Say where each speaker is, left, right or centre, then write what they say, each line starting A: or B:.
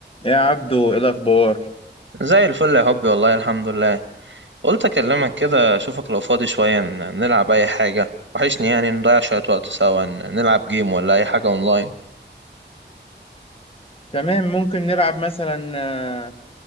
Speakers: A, on the left (about 30°); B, on the right (about 75°).
A: يا عبدو ايه الاخبار
B: زي الفل يا حبي والله الحمد لله قلت اكلمك كده اشوفك لو فاضي شوية ن- نلعب اي حاجة وحشني يعني نضيع شوية وقت سوا ن- نلعب جيم ولا اي حاجة اونلاين
A: تمام ممكن نلعب مثلا آه،